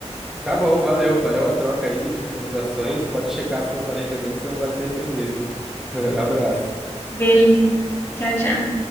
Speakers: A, in the centre; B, on the left (about 20°).
A: Tá bom, valeu, valeu a troca aí de recomendações. Pode checar as que eu falei também, que você não vai se arrepender, viu? <laughs> Abraço.
B: Beleza. Tchau, tchau.